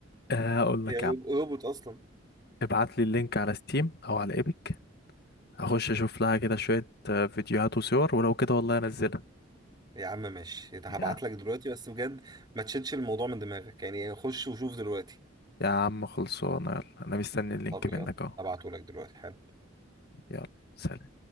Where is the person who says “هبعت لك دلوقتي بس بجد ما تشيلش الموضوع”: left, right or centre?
Right